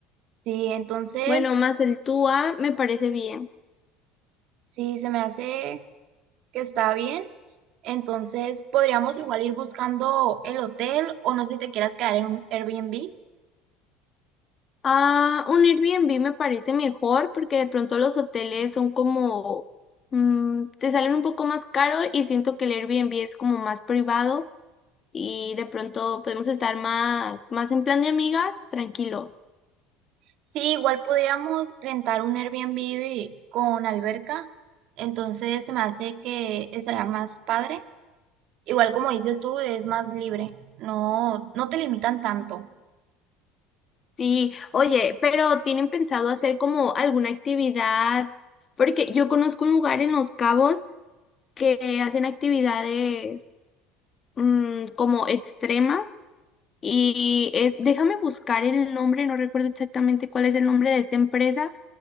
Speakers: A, on the right; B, on the left.
A: Sí, entonces,
B: Bueno, más el T U a me parece bien.
A: sí, se me hace que está bien. Entonces, podríamos igual ir buscando el hotel o no sé si te quieras quedar en un Airbnb.
B: Ah, un Airbnb me parece mejor porque de pronto los hoteles son como, mm, te salen un poco más caro y siento que el Airbnb es como más privado y de pronto podemos estar más, más en plan de amigas, tranquilo.
A: Sí, igual pudiéramos rentar un Airbnb con alberca. Entonces, se me hace que estaría más padre. Igual como dices tú, es más libre. No, no te limitan tanto.
B: Sí, oye, pero ¿tienen pensado hacer como alguna actividad? Porque yo conozco un lugar en Los Cabos que hacen actividades, mm, como extremas Y es, déjame buscar el nombre, no recuerdo exactamente cuál es el nombre de esta empresa,